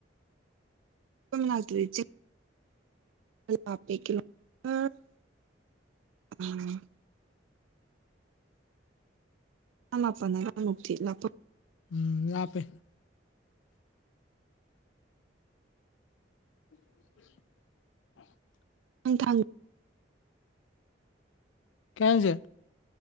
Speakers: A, on the right; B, on the left.
A: ꯑꯩꯈꯧꯏ ꯃꯅꯥꯛꯇꯗꯤ ꯆꯤꯡ ꯂꯞꯄꯦ ꯀꯤꯂꯣꯃꯤꯇꯔ ꯑꯥ ꯅꯤꯄꯥꯟ ꯃꯄꯟ ꯑꯗꯋꯥꯏꯃꯨꯛꯇꯤ ꯂꯥꯞꯄꯝꯅꯤ
B: ꯎꯝ ꯂꯥꯛꯄꯦ <unintelligible>
A: ꯑꯪ ꯊꯥꯡ
B: ꯀꯖ